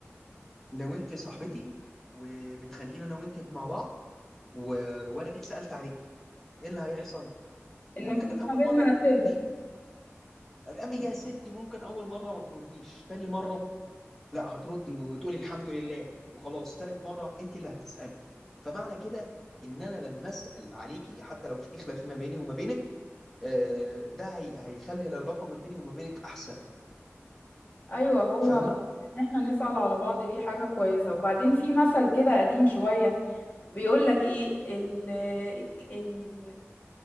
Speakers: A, in the centre; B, on the left.
A: لو انت صاحبتي ومتخانقين انا وانت مع بعض و... وانا جيت سالت عليكي ايه اللي هيحصل
B: النفوس
A: ممكن اول
B: ما بيننا
A: مره ما
B: اساس
A: ترديش الام يا ستي ممكن اول مره ما ترديش تاني مره لا هتردي وتقولي الحمد لله وخلاص تالت مره انت اللي هتسالي فمعنى كده ان انا لما اسال عليكي حتى لو في خلاف ما بيني وما بينك آه، ده هي... هيخلي العلاقه ما بيني وما بينك احسن
B: ايوه هو
A: فاهمه
B: ان احنا نسأل على بعض دي حاجة كويسة وبعدين في مثل كده قديم شوية بيقول لك ايه ال ال